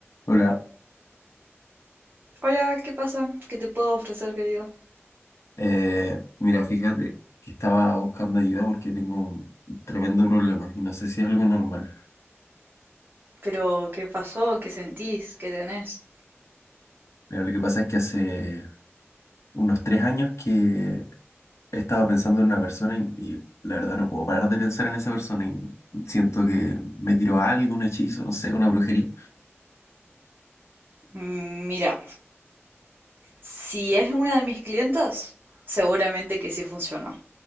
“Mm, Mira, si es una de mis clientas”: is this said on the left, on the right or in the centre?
Right